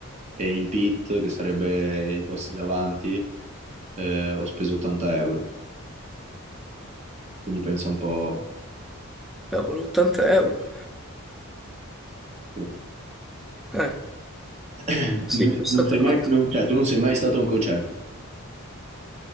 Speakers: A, on the right; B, in the centre.
A: e in pit, che sarebbe i posti davanti, eh, ho speso 80 euro, quindi pensa un po'.
B: cavolo, 80 euro.
A: sì.
B: Eh,
A: <coughs> <clears throat>
B: sì,
A: Non,
B: costa
A: non
B: tanto.
A: sei mai, non- cioè, tu non sei mai stato a un concerto,